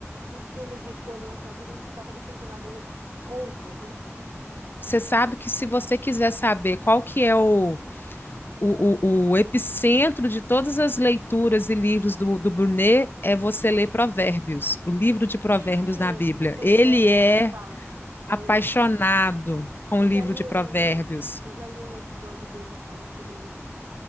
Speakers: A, on the right; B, on the left.
A: enchendo de coisa na nossa vida, a gente acaba deixando de lado outras, né?
B: você sabe que se você quiser saber qual que é o, o, o, o epicentro de todas as leituras e livros do, do Brunet, é você ler Provérbios, o livro de
A: Sim,
B: Provérbios
A: sim,
B: na
A: eu
B: Bíblia.
A: pe-
B: Ele
A: é,
B: é
A: ele fala pra
B: apaixonado
A: ler.
B: com
A: Eu
B: o livro
A: já li
B: de Provérbios.
A: um, eu já li um episódio dele falando sobre isso.